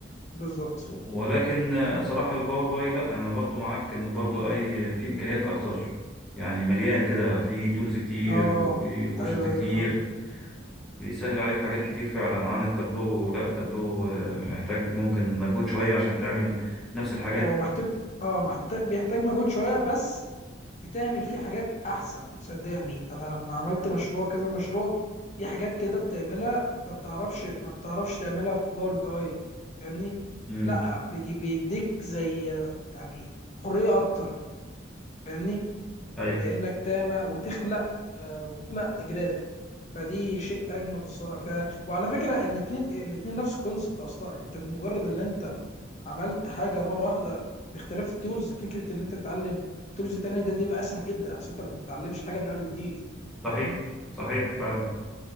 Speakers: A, on the left; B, in the centre.
A: بالظبط
B: ولكن صراحة الباور باي لا أنا برضو معاك إن الباور باي فيه إمكانيات أكتر يعني مليان كده فيه تولز كتير
A: اه
B: وفيه أوبشنز
A: ايوه
B: كتير
A: ايوه فعلا
B: بيسهل عليك حاجات كتير فعلا عن التابلو لا التابلو آه، محتاج ممكن مجهود شوية عشان تعمل نفس الحاجات
A: اه محتاج اه محتاج بيحتاج مجهود شويه بس بتعمل فيه حاجات احسن صدقني انا لما عملت مشروع كذا مشروع في حاجات كده بتعملها ما بتعرفش ما بتعرفش تعملها في باور بي اي فاهمني
B: امم
A: لا بيدي- بيديك زي يعني حريه اكتر فاهمني
B: أي
A: بانك تعمل وتخلق وتخلق جراف فدي شيء اجمل الصراحه ف... وعلى فكره ان الاتنين الاتنين نفس الكونسبت اصلا انت بمجرد اللي انت عملت حاجه مره واحده باختلاف التولز فكره ان انت تتعلم تولز تانية ده دي بقى اسهل جدا عشان انت ما بتتعلمش حاجه من اول وجديد
B: صحيح
A: فاهمني
B: صحيح فعلا